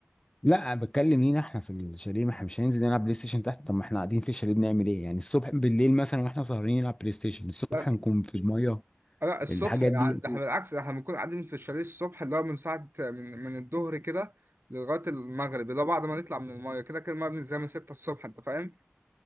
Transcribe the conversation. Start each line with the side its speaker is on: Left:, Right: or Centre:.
Left: لا بتكلم لينا احنا في الشاليه ما احنا مش هننزل نلعب بلاي ستيشن تحت طب ما احنا قاعدين في الشاليه بنعمل ايه يعني الصبح بالليل مثلا واحنا سهرانين نلعب بلاي ستيشن الصبح
Right: لا
Left: نكون في الميه
Right: آه، لا الصبح
Left: الحاجات
Right: يعني
Left: دي
Right: ده احنا بالعكس ده احنا بنكون قاعدين في الشاليه الصبح اللي هو من ساعة من, من الظهر كده لغاية المغرب اللي هو بعد ما نطلع من المايه كده كده المايه بننزل من 6 الصبح انت فاهم؟